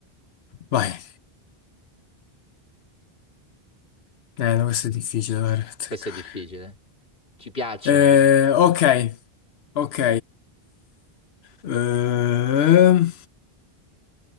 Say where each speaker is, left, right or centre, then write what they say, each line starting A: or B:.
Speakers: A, on the left; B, on the left.
A: Vai. Eh, no, questo è difficile da azzeccare.
B: Questo è difficile. eh. Ci piacciono
A: Eh,
B: le cose difficili.
A: ok, ok. Ehm,